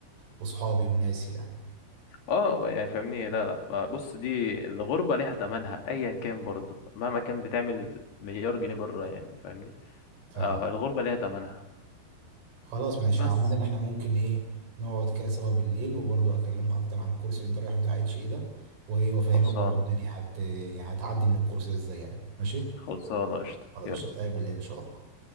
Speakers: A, on the right; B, on the left.
A: وصحابي وناسي يعني
B: اه يعني فاهمني لا لا ما- بص دي الغربة ليها تمنها ايا كان برضه مهما كان بتعمل مليار جنيه بره يعني فاهمني
A: فاهمك
B: آه الغربة ليها تمنها
A: خلاص ماشي
B: بس
A: عامة احنا ممكن إيه نقعد كده سوا بالليل وبرضو أكلمك أكتر عن الكورس اللي أنت رايحه بتاع اتش إيه ده وإيه وأفهمك
B: خلصانة
A: برضو الدنيا هت... يعني هتعدي من الكورس ده إزاي يعني ماشي
B: خلصانة قشطة
A: خلاص
B: يلا
A: مش هنتقابل بالليل إن شاء الله